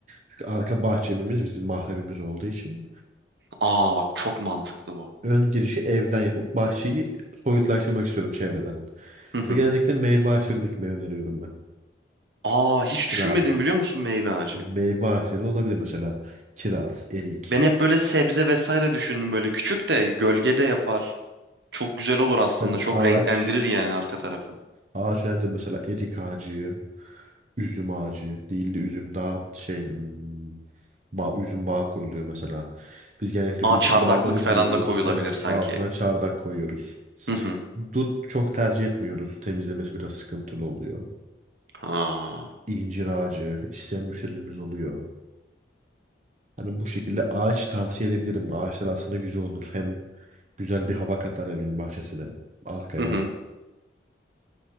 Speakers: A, on the right; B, on the right.
A: Çünkü arka bahçemiz bizim mahremimiz olduğu için
B: Aa bak çok mantıklı bu.
A: ön girişi evden yapıp bahçeyi soyutlaştırmak istiyorum çevreden.
B: Hı hı.
A: Ve genellikle meyve ağaçları dikmeyi öneriyorum ben.
B: Aa hiç düşünmedim
A: Mesela
B: biliyor musun meyve ağacı?
A: meyve ağaçları olabilir mesela kiraz, erik
B: Ben hep böyle sebze vesaire düşündüm böyle küçük de gölgede yapar. Çok güzel olur aslında.
A: Tabii
B: Çok
A: ağaç,
B: renklendirir yani arka tarafı.
A: ağaç önemli. Mesela erik ağacı, üzüm ağacı değil de üzüm daha şey hmm, bağ, üzüm bağı kuruluyor mesela. Biz genellikle
B: Aa
A: üzüm
B: çardaklık
A: bağları
B: falan
A: kuruyoruz.
B: da koyulabilir
A: Evet,
B: sanki.
A: altına çardak koyuyoruz.
B: Hı hı.
A: Dut çok tercih etmiyoruz. Temizlemesi biraz sıkıntılı oluyor.
B: Ha.
A: İncir ağacı isteyen müşterilerimiz oluyor. Hani bu şekilde ağaç tavsiye edebilirim. Ağaçlar aslında güzel olur. Hem güzel bir hava katar evin bahçesine, arkaya.
B: Hı hı.